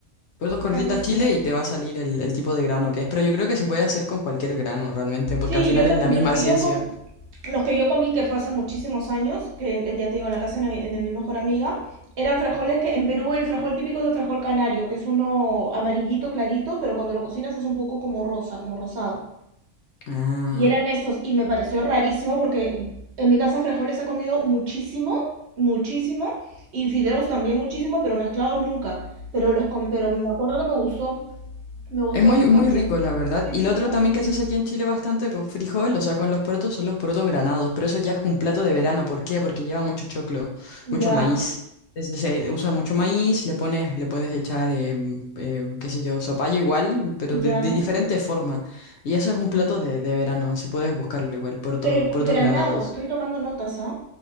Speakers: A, on the left; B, on the right.
A: porotos con
B: ya
A: rienda
B: lo buscaré.
A: chile y te va a salir el, el tipo de grano que es. Pero yo creo que se puede hacer con cualquier grano realmente, porque
B: Sí,
A: al final
B: yo tam-
A: es la misma
B: los que
A: ciencia.
B: yo com- los que yo comí, que fue hace muchísimos años, que eh, ya te digo, en la casa de mi, de mi mejor amiga, eran frijoles que en Perú el frijol típico es el frijol canario, que es uno amarillito clarito, pero cuando lo cocinas es un poco como rosa, como rosado.
A: Ah.
B: Y eran esos, y me pareció rarísimo porque en mi casa frijoles he comido muchísimo, muchísimo, y fideos también muchísimo, pero mezclados nunca. Pero los com- pero me acuerdo que me gustó, me gustó
A: Es muy,
B: bastante.
A: muy rico, la verdad.
B: Sí,
A: Y
B: sí,
A: lo
B: está
A: otro también
B: muy bien.
A: que se hace aquí en Chile bastante con frijol, o sea, con los porotos, son los porotos granados. Pero eso ya es un plato de verano. ¿Por qué? Porque lleva mucho choclo,
B: Ya,
A: mucho maíz. Entonces, se usa mucho maíz, le pones, le puedes echar, eh, eh, qué sé yo, zapallo igual, pero
B: ya.
A: de, de diferente forma. Y eso es un plato de, de verano, si puedes buscarlo igual, poroto-
B: Pero
A: porotos
B: granado,
A: granados.
B: estoy tomando notas, ¿ah?